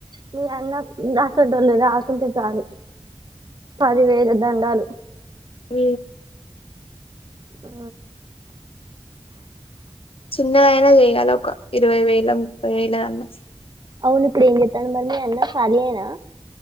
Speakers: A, on the right (about 40°); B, on the left (about 60°).
A: మీ అన్న ఇంగ అసంటోళ్లు రాకుంటే చాలు పది వేల దండాలు
B: ఊ
A: ఊ
B: చినదైన చెయ్యాలి ఒక ఇరవై వేల ముప్పై వేల కన్నా
A: అవును ఇప్పుడు ఏం చేస్తాడు మరి మీ అన్న కాలి ఏ నా